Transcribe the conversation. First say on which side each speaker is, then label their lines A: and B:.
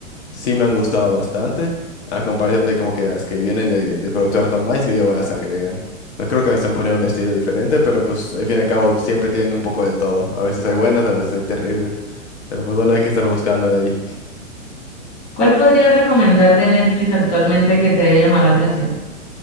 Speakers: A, on the left; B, on the left.
A: sí me han gustado bastante, a comparación de como que las que vienen de, de productoras normales y luego las agregan. No creo que están poniendo un estilo diferente, pero pues al fin y al cabo siempre tienen un poco de todo. A veces hay buenas, a veces hay terribles. Pero pues bueno, hay que estar buscando de ahí.
B: ¿Cuál podrías recomendar de Netflix actualmente que te haya llamado la atención?